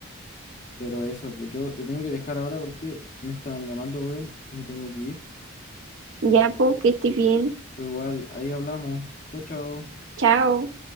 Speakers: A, on the left (about 35°); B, on the right (about 65°).
A: Pero eso, pues yo te tengo que dejar ahora porque me están llamando, weón, y me tengo que ir.
B: Ya, pues que estés bien.
A: Pero igual, ahí hablamos. Chao, chao.
B: Chao.